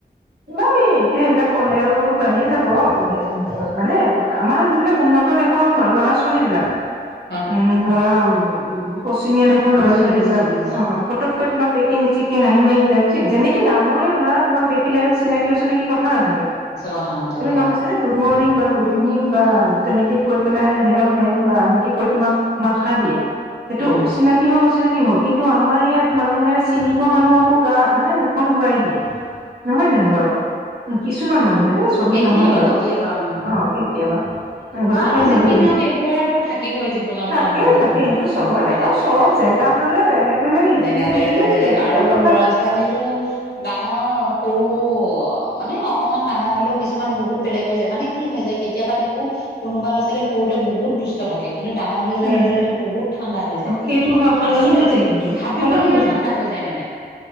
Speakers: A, on the right (about 65°); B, on the left (about 70°).
A: নাই এতিয়া সেইবিলাক ক'লে আৰু বহুত বাঢ়ি যাব। মানে আমাৰ যিবিলাক উন্নত দেশৰ ল'ৰা-ছোৱালী বিলাক
B: <inaudible>
A: উম ধৰা উম পশ্চিমীয়া দেশৰ ল'ৰা-ছোৱালী
B: বুজিছো বুজিছো
A: বিলাক,
B: বুজিছো
A: অ' ফটো কৈ তোমাক দেখি মিছিককে হাঁহি মাৰি যায়। <unintelligible> কি ডাঙৰেও ধৰা তোমাক দেখিলে চিনাকি-অচিনাকি কথা নাথাকে।
B: সঁচা কথা নাথাকে
A: তুমি গম
B: অ'।
A: পাইছা নে গুড মৰ্ণিং বা গুড ইভিনিং বা তেনেকে কৈ পেলাই হেল্ল'! মে'ম বা এনেকে কৈ তোমাক মাতষাৰ দিয়ে। এইটো
B: অ
A: চিনাকি হওঁক, অচিনাকি হওঁক, কিন্তু আমাৰ ইয়াত মানুহে চিনি পোৱা মানুহকো গা মানে মুখ খন ঘুৰাই দিয়ে, নহয় জানো বাৰু? কিছুমান মানুহে দেই। চবেই
B: কেতিয়াবা
A: নহয় বাৰু,
B: কেতিয়াবা উম
A: অ' কেতিয়াবা। গতিকে
B: বাৰু
A: হেৰি,
B: যিখিনি নহওক এইবোৰ আৰুতো থাকিবই জীৱনত
A: থাকে
B: ন মানুহ
A: থাকে, সেইটো
B: মানুহৰ
A: চবৰে
B: বেলেগ
A: থাকে। আৰু চব
B: চক হলেও
A: জেগা
B: বেলেগ
A: লৈ লৈ বেলেগ বেলেগ ৰীতি
B: জেগা
A: নীতি
B: লৈ লৈ বেলেগ
A: সেইটো
B: আৰু
A: এটা কথা
B: ল'ৰা-ছোৱালীটো ডাঙৰ-সৰু অ' মানে অকমান ডাঙৰ হলেও কিছুমান বহুত বেলেগ হৈ যায় মানে। কি হয় যে কেতিয়াবা দেখো কোনোবা ল'ৰা-ছোৱালী সৰুতে বহুত দুষ্ট থাকে। কিন্তু ডাঙৰ হৈ যোৱাৰ
A: উম
B: লগে-লগে বহুত ঠাণ্ডা হৈ যায়,
A: সেইটো হয় সলনি
B: আচৰিত
A: হৈ যায় কিন্তু
B: ভাবিব
A: সলনি
B: নোৱাৰা
A: হৈ
B: ঠাণ্ডা। হয় যায় মানে।